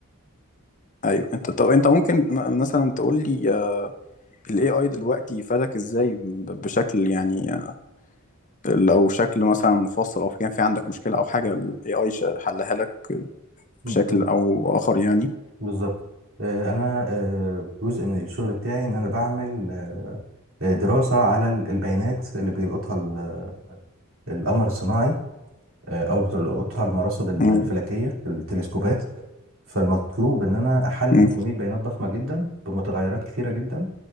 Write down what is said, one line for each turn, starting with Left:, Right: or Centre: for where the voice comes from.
Left: ايوه انت طب انت ممكن م- مثلا تقول لي آه، ال AI دلوقتي فادك ازاي ب- بشكل يعني آه، لو شكل مثلا مفصل او كان في عندك مشكلة او حاجة ال AI ش- حلها لك
Right: ب-
Left: بشكل او اخر يعني
Right: بالظبط آه، انا آه، جزء من الشغل بتاعي ان انا بعمل آه، دراسة على ال- البيانات اللي بيلقطها ال- القمر الصناعي آه، او بتلقطها المراصد ال-
Left: امم
Right: الفلكية التلسكوبات فالمطلوب ان انا احلل
Left: امم
Right: كمية بيانات ضخمة جدا بمتغيرات كتيرة جدا